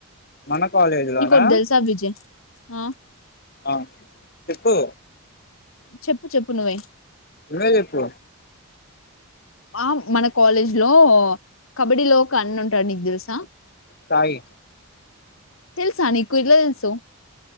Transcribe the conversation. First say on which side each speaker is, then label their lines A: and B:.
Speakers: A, on the left (about 45°); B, on the left (about 65°).
A: మన కాలేజీ లోనా
B: నీకోటి తెలుసా విజయ్ ఆ
A: ఆ చెప్పు
B: చెప్పు చెప్పు నువ్వే
A: నువ్వే చెప్పు
B: ఆ మన కాలేజ్ లో కబడ్డీ లో ఓకన్న ఉం టడు నిక్ తెలుసా
A: సాయి
B: తెల్సా నీకు ఎట్ల తెలుసు